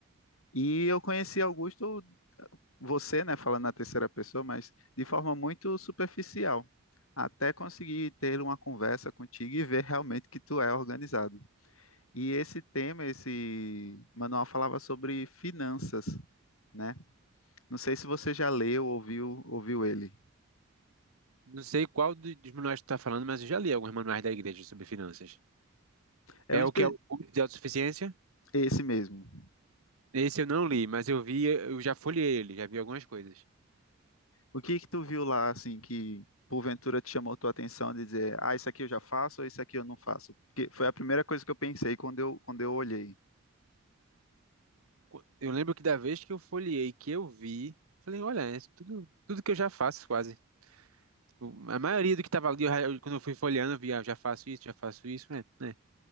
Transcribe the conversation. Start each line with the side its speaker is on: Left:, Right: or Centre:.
Left: E eu conheci Augusto você, né, falando na terceira pessoa, mas de forma muito superficial, até conseguir ter uma conversa contigo e ver realmente que tu é organizado. E esse tema, esse manual falava sobre finanças, né? Não sei se você já leu, ou ouviu, ouviu ele.
Right: Não sei qual do- dos manuais que tu tá falando, mas eu já li alguns manuais da igreja sobre finanças.
Left: É
Right: É
Left: um espe-
Right: o que é o culto de autossuficiência?
Left: esse mesmo.
Right: Esse eu não li, mas eu vi, eu já folhei ele, já vi algumas coisas.
Left: O que que tu viu lá, assim, que porventura te chamou tua atenção de dizer, ah, isso aqui eu já faço ou isso aqui eu não faço? Porque foi a primeira coisa que eu pensei quando eu, quando eu olhei.
Right: Qu- Eu lembro que da vez que eu folhei, que eu vi, falei, olha, é tudo, tudo que eu já faço quase. Tipo, a maioria do que tava ali, eu já- eu- quando eu fui folheando, eu vi, ah, já faço isso, já faço isso, é, né?